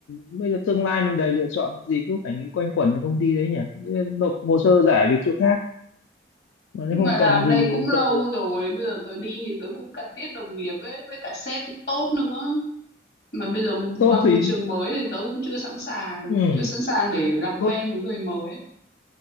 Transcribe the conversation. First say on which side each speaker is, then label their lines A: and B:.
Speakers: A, on the left; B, on the left.
A: bây giờ tương lai mình đầy lựa chọn cái gì cứ phải nghĩ quanh quẩn với công ty đấy nhỉ nộp hồ sơ giải việc chỗ khác mà nếu
B: nhưng
A: không
B: mà làm
A: cần
B: đây
A: thì
B: cũng lâu
A: cậu
B: rồi bây giờ tớ đi thì tớ cũng cả tiết đồng nghiệp ấy với cả sếp cũng tốt nữa mà bây giờ
A: tốt
B: qua môi
A: thì
B: trường mới thì tớ cũng chưa sẵn sàng
A: ừ.
B: chưa sẵn sàng để làm quen
A: tốt
B: với người mới